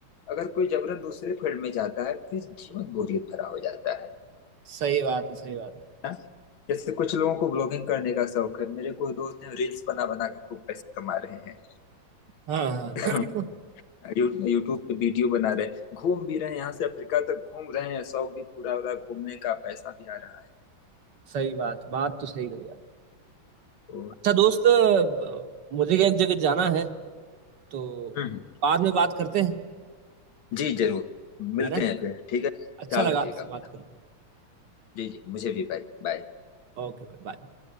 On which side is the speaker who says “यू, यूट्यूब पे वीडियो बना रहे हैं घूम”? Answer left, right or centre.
Left